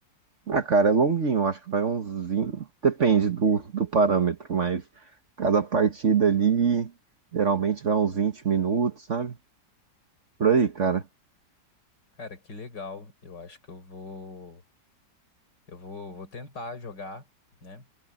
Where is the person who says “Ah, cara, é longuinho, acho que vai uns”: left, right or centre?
Right